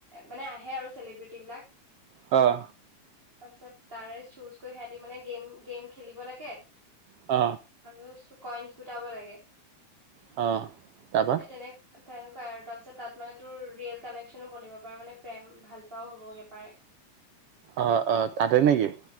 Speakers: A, on the right; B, on the right.
A: মানে আহে আৰু চেলিব্ৰিট বিলাক <unintelligible>
B: অঁ
A: তাৰপিছত তাৰে চুজ কৰি সিহঁতি মানে গেম গেম খেলিব লাগে --
B: অ
A: আৰু কইনচ গোটাব লাগে এই
B: অ', তাৰপা
A: তেনে তেনেকুৱাই আৰু তাৰ পিছত তাত মানে তোৰ ৰিয়েল কানেকশচনো বনিব পাৰে মানে প্ৰেম ভাল পোৱাও হ'বগে পাৰে।
B: অ অ তাতে নেকি?